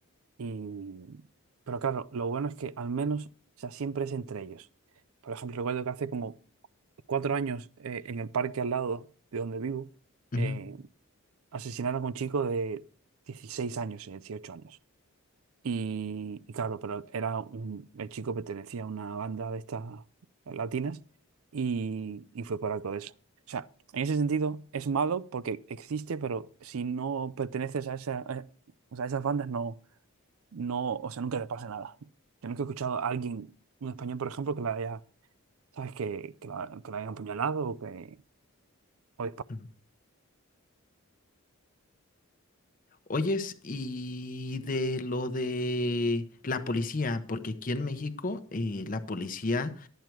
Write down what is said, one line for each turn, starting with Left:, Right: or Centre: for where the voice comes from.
Right: y, pero claro, lo bueno es que al menos, o sea, siempre es entre ellos. Por ejemplo, recuerdo que hace como cuatro años eh, en el parque al lado de donde vivo, eh,
Left: Ujú.
Right: asesinaron a un chico de 16 años, eh, 18 años. Y, y claro, pero era un, el chico pertenecía a una banda de estas latinas y, y fue por algo de eso. O sea, en ese sentido es malo porque existe, pero si no perteneces a esa, a- o sea, a esas bandas no, no, o sea, nunca le pase nada. Yo nunca he escuchado a alguien, un español, por ejemplo, que la haya, ¿sabes? Que, que la, que la hayan apuñalado o que... O disparado.
Left: Ujú. Oyes, y de lo de la policía, porque aquí en México eh, la policía